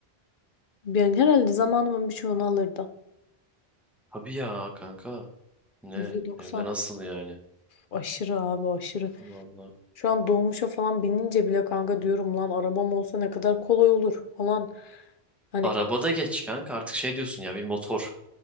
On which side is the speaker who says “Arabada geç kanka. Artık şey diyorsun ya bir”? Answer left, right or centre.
Centre